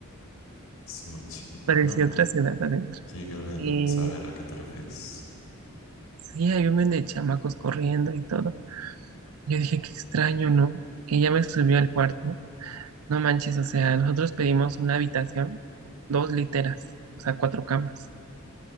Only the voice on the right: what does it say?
Parecía
otra ciudad adentro.
Y
sí, hay un men de chamacos corriendo y todo. Yo dije, qué extraño, ¿no? Y ya me subió al cuarto. No manches, o sea, nosotros pedimos una habitación con dos literas, o sea, cuatro camas.